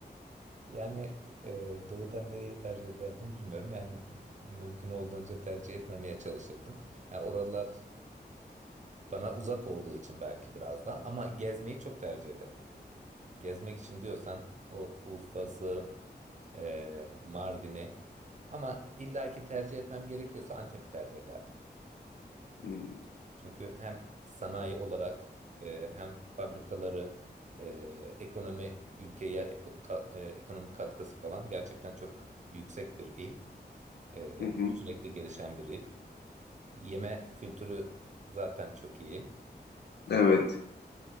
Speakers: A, on the right; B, on the left.
A: Yani e, doğudan nereyi tercih ederdim bilmiyorum. Yani mümkün olduğunca tercih etmemeye çalışırdım. Yani oralar bana uzak olduğu için belki biraz daha ama gezmeyi çok tercih ederim. Gezmek için diyorsan o Urfa'sı, e, Mardin'i ama illaki tercih etmem gerekiyorsa Antep'i tercih ederdim.
B: Hmm,
A: Çünkü hem sanayi olarak e, hem fabrikaları, e, ekonomi ülkeye eko- ka- e, ekonomik katkısı falan gerçekten çok yüksek bir il. Ee,
B: Hı hı.
A: sürekli gelişen bir il. Yeme kültürü zaten çok iyi.
B: Evet,